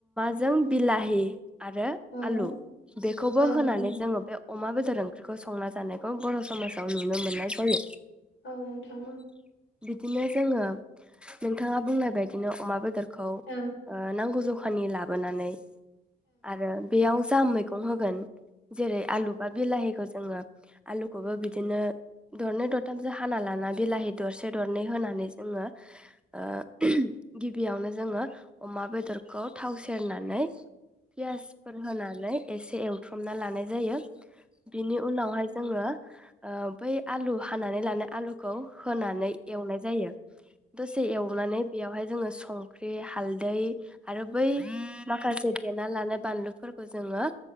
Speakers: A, in the centre; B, on the left (about 75°).
A: जों बिलाहि आरो
B: औ
A: आलु बेखौबो
B: औ
A: होनानै जोङो बे अमा बेदर ओंख्रिखौ संना जा नाइखौ बर' समाजाव नु नुनो मोननाय जायो।
B: औ नोंथां
A: बिदिनो जोङो नोंथाङा बुंनाय बायदिनो अमा बेदरखौ
B: औ
A: नांगौ जख खानि लाबोनानै आरो बेयाव जा मैगं होगोन जेरै आलु बा बिलाहिखौ जोङो आलुखौबो बिदिनो दरनै दरथामसो हाना लाना बिलाहि दरसे दरनै होनानै जोङो ओ गिबियावनो जो जोङो अमा बेदरखौ थाव सेरनानै पियासफोर होनानै एसे एवथ्रमना लानाय जायो बेनि उनावहाय जोङो ओ बै आलु हानानै लानाय आलुखौ होनानै एवनाय जायो। दसे एवनानै बेयावहाय जोङो संख्रि हाल हालदै आरो बै माखासे देना लानाय बानलुफोरखौ जोङो